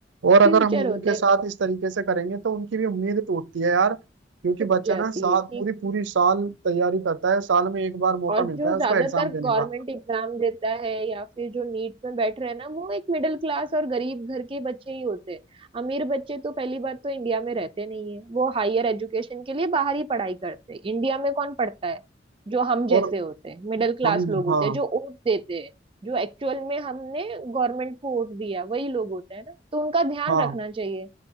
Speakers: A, on the right; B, on the right.
A: और अगर
B: फ्यूचर
A: हम उनके
B: होते हैं
A: साथ
B: और
A: इस तरीके से करेंगे तो उनकी भी उम्मीद टूटती है यार क्योंकि
B: टूट
A: बच्चा
B: जाती
A: ना साल
B: है कि
A: पूरी पूरी साल तैयारी करता है साल में एक बार मौका
B: और
A: मिलता
B: जो
A: है उसको
B: ज्यादातर
A: एग्जाम देने
B: गवर्नमेंट
A: का
B: एग्जाम देता है या फिर जो नीट में बैठ रहे हैं ना वो एक मिडिल क्लास और गरीब घर के बच्चे ही होते हैं अमीर बच्चे तो पहली बात तो इंडिया में रहते नहीं है वो हायर एजुकेशन के लिए बाहर ही पढ़ाई करते हैं इंडिया में कौन पढ़ता है जो हम जैसे
A: और
B: होते हैं मिडिल क्लास
A: हम
B: लोग होते
A: हाँ
B: हैं जो वोट देते हैं जो एक्चुअल में हमने गवर्नमेंट को वोट दिया वही लोग होते हैं ना तो उनका ध्यान
A: हाँ
B: रखना चाहिए